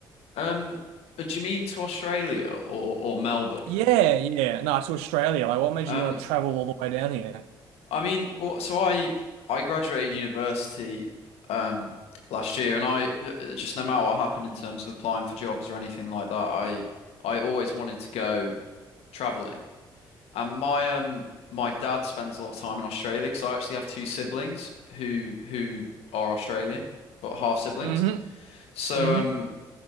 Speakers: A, on the left; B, on the right.
A: um, uh, do you mean to Australia or or Melbourne?
B: Yeah, yeah. No, to Australia. Like, what made
A: Um,
B: you want to travel all the way down here?
A: I mean, well, So I I graduated university. Um, last year and I uh, just no matter what happened in terms of applying for jobs or anything like that I I always wanted to go traveling. And my um my dad spends a lot of time in Australia because I actually have two siblings who who are Australian, but half siblings.
B: hmm
A: So
B: hmm
A: um